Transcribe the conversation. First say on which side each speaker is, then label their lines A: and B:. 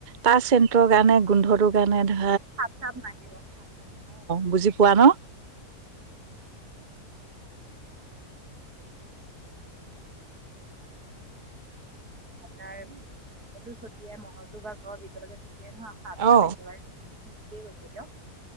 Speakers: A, on the right; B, on the right.
A: তাচ চেন্টৰ কাৰণে গোন্ধৰটোৰ কাৰণে ধ
B: <unintelligible> বহুত <unintelligible>
A: বুজি পোৱা ন
B: আপোনাৰ সো ছটিয়াই মহলটো বা ঘৰৰ ভিতৰকে ছটিয়াই ন সাপ চাপ
A: অ
B: একোৱে দিকে কোছা দিয়ক